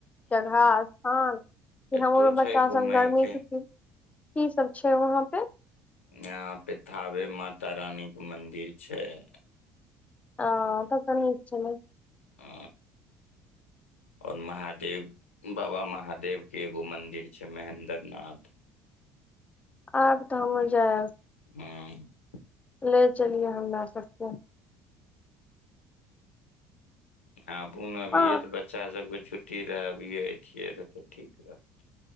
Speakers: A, on the left (about 20°); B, on the left (about 85°).
A: जगह स्थान कि
B: एतौ
A: हमरो
B: छै
A: बच्चा
B: घूमय
A: सब गर्मी
B: के
A: छुट्टी की सब छै वहाँ पे। <unintelligible>
B: <unintelligible> पे थाबे माता रानीके मन्दिर छै। <unintelligible>
A: ओ तब तऽ नीक छलै
B: आ आओर महादेव बाबा महादेवके एगो मन्दिर छै महेन्द्र नाथ। <unintelligible>
A: आब त हो जाय। <unintelligible>
B: हँ। <unintelligible>
A: ले चलिए हमरा सबके। <unintelligible>
B: आ बू अभिये
A: हँ
B: तऽ बच्चा सब। छुट्टी रहै अभियए छियै तऽ- तऽ ठीक रहत। <unintelligible>